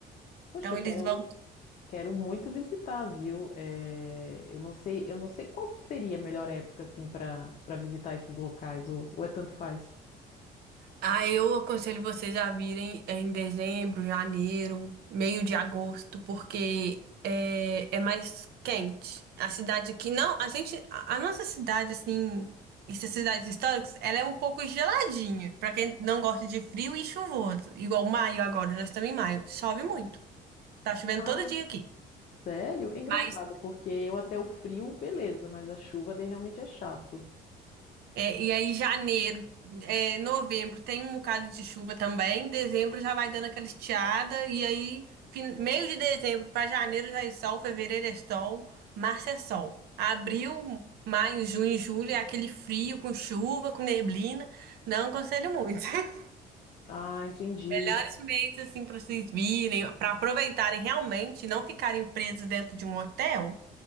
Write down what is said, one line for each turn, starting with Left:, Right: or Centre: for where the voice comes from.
Left: Poxa,
Right: Então
Left: eu
Right: eles
Left: quero,
Right: vão
Left: quero muito visitar, viu? É, eu não sei, eu não sei qual que seria a melhor época assim para para visitar esses locais ou, ou é tanto faz.
Right: Ah, eu aconselho vocês a virem em dezembro, janeiro, meio de agosto, porque é, é mais quente. A cidade aqui, não, a gente, a a nossa cidade, assim, essas cidades históricas, ela é um pouco geladinha, pra quem não gosta de frio e chuvoso. Igual maio agora, nós estamos em maio, chove muito. Tá chovendo
Left: Ah,
Right: todo dia aqui.
Left: sério? É engraçado,
Right: Mas
Left: porque eu até o frio, beleza, mas a chuva daí realmente é chato.
Right: É, e aí, janeiro, é, novembro tem um bocado de chuva também. Dezembro já vai dando aquela estiada. E aí, fin- meio de dezembro para janeiro já é sol. Fevereiro é sol. Março é sol. Abril, maio, junho, julho é aquele frio com chuva, com neblina. Não aconselho muito. <laughs>
Left: Ah, entendi.
Right: Melhores meses, assim, para vocês virem, para aproveitarem realmente, não ficarem presos dentro de um hotel.